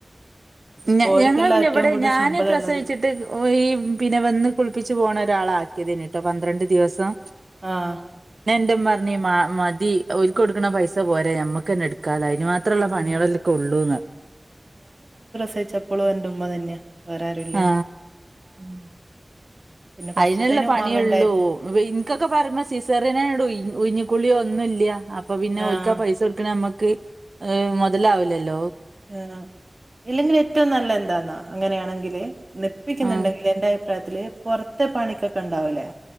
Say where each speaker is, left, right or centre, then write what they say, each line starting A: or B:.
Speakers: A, on the right; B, on the right.
A: ഇപ്പൊ
B: ഞ
A: ഓര്ക്കല്ല
B: ഞങ്ങൾ പിന്നെ
A: ഏറ്റവും
B: ഇവിടെ
A: കൂടുതൽ
B: ഞാന്
A: ശമ്പളം
B: പ്രസവിച്ചിട്ട്
A: ഇള്ളത്.
B: ഓര് ഈ പിന്നെ വന്ന് കുളിപ്പിച്ച് പോണ ഒരാളെ ആക്കി പിന്ന്ട്ടോ പന്ത്രണ്ട് ദിവസം
A: ആഹ്
B: ന്റെ ഉമ്മ പറഞ്ഞ് മാ മതി ഒല്ക്ക കൊടുക്കുന്ന പൈസ പോരെ ഞമ്മക്കന്നെ എടുക്കാനായി ഈന് മാത്രുള്ള
A: ഉം
B: പണികളല്ലൊക്കെ ഉള്ളൂന്ന്
A: പ്രസ്സവിച്ചപ്പോള് എന്റെ ഉമ്മ തന്നെയാ വേറെ ആരുല്ലന്നു
B: ആ
A: ഉം പിന്നെ ഫസ്റ്റ്ത്തേന്
B: അയിനുള്ള പണിയുള്ളൂ
A: ഉമ്മാമ്മ ഇണ്ടായിരുന്നു.
B: ഇനിക്കൊക്കെ പറഞ്ഞു സിസറിയായോണ്ട് ഉയിഞ് കുളി ഒന്നുല്ല അപ്പൊ പിന്നെ
A: ആഹ്
B: ഒരിക്കാ പൈസ കൊടുക്കണ നമ്മക്ക് ഹ് മൊതലാവുലല്ലോ
A: ആണോ ഇല്ലെങ്കിലെറ്റോം നല്ലന്താന്നാ അങ്ങനെയാണെങ്കില് നിപ്പിക്കുന്നുണ്ടെങ്കിൽ
B: ആ
A: എന്റെ അഭിപ്രായത്തില് പൊറത്തെ പണിക്കൊക്കെ ഒണ്ടാവല്ലോ